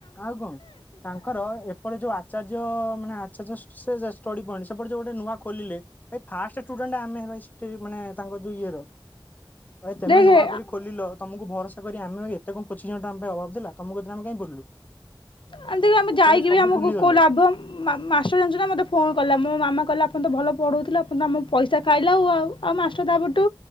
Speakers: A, on the left; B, on the left.
A: ଆଉ କଣ ତାଙ୍କର ଏପଟେ ଯୋଉ ଆଚାର୍ଯ୍ୟ ମାନେ ସେ ଜଷ୍ଟ ସେ ଜଷ୍ଟ ଷ୍ଟଡି ପଏଣ୍ଟ ସେପଟେ ଯୋଉ ଗୋଟେ ନୂଆ ଖୋଲିଲେ ଫାଷ୍ଟ ଷ୍ଟୁଡେଣ୍ଟ ଆମେ ଭ ସେଠ ମାନେ ତାଙ୍କ ଯୋଉ ଇଏର। ଭାଇ ତମେ
B: ଦେଖେ
A: ନୂଆ କରି ଖୋଲିଲ। ତମକୁ ଭରସା କରି ଆମ ଣ କିଛି ଜଟ ଆମ ପାଇଁ ଅଭାବ ଥିଲା। ତମକୁ କଥାରେ ଆମେ କାଇଁ ପଡିଲୁ।
B: ଆ ଆମେ
A: ଟୋଟାଲି
B: ଯାଇକି
A: ସବୁ
B: ବି ଆମକୁ
A: ଭୁଲିଗଲେ
B: କୋଉ ଲାଭ। ମାଷ୍ଟର ଜାଣିଛୁ ନା ମତେ ଫୋନ କଲା। ମୋ ମାମା କହିଲା ଆପଣ ତ ଭଲ ପଢୋଉଥିଲା ପଇସା ଖାଇଲାଉ। ଆଉ ମାଷ୍ଟର ତା ପରଠୁ